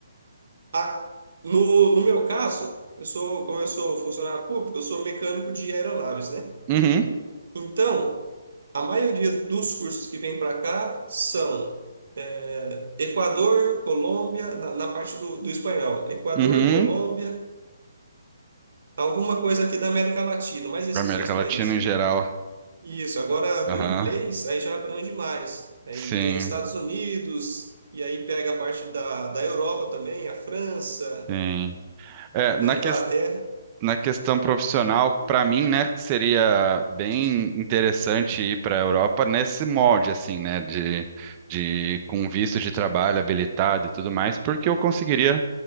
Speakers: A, on the right; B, on the right.
A: Ah, no, no meu caso, eu sou, como eu sou funcionário público, eu sou mecânico de aeronaves, né?
B: Uhum,
A: Então, a maioria dos cursos que vem para cá são é, Equador, Colômbia, na, na parte do, do espanhol, Equador,
B: uhum.
A: Colômbia, alguma coisa aqui da América Latina, mais esses
B: Para América
A: dois países.
B: Latina em geral.
A: Isso, agora
B: Aham.
A: do inglês aí já abrange mais. Aí
B: Sim,
A: tem Estados Unidos, e aí pega a parte da, da Europa também, a França,
B: sim. É, na
A: a
B: questão.
A: Inglaterra.
B: na questão profissional, para mim, né, que seria bem interessante ir para a Europa nesse molde, assim, né, de, de com visto de trabalho habilitado e tudo mais, porque eu conseguiria